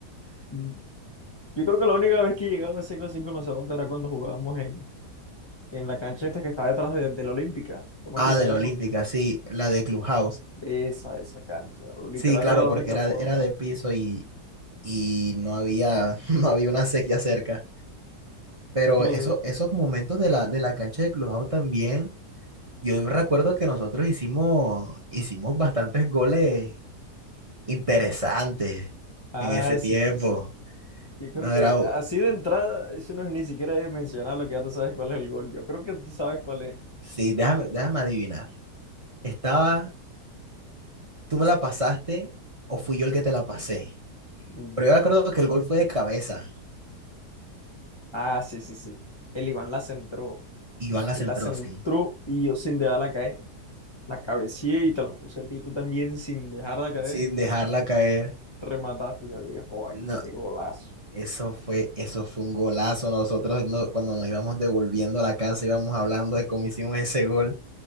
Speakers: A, on the left; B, on the right.
A: Mm. Yo creo que la única vez que llegaba seco así con los zapatos era cuando jugábamos en, en la cancha esta que está detrás de, de la Olímpica. ¿Cómo
B: Ah,
A: es que se
B: de
A: llama?
B: la Olímpica, sí, la de Clubhouse.
A: Esa, esa cancha. Literal
B: Sí, claro,
A: era la única
B: porque era,
A: forma.
B: era de piso y, y no había, <laughs> no había una sequía cerca. Pero
A: Otro...
B: eso, esos momentos de la, de la cancha de Clubhouse también, yo recuerdo que nosotros hicimos, hicimos bastantes goles interesantes
A: Ah,
B: en ese tiempo.
A: sí, sí, sí. Yo creo
B: No
A: que
B: era,
A: así
B: u-
A: de entrada, eso no es ni siquiera de mencionar lo que ya tú sabes cuál es el gol. Yo creo que tú sabes cuál es.
B: sí, déjame, déjame adivinar. Estaba ¿Tú me la pasaste o fui yo el que te la pasé?
A: Mm.
B: Pero yo me acuerdo que el gol fue de cabeza
A: Ah, sí, sí, sí. El Iván la centró.
B: y Iván la
A: Él
B: centró,
A: la centró
B: sí,
A: y yo sin dejarla caer, la cabeceé y te la puse a ti, tú también sin dejarla caer,
B: sin dejarla caer.
A: remataste. Yo dije, joder,
B: No,
A: qué golazo.
B: eso fue, eso fue un golazo. Nosotros no- cuando nos íbamos devolviendo a la casa íbamos hablando de cómo hicimos ese gol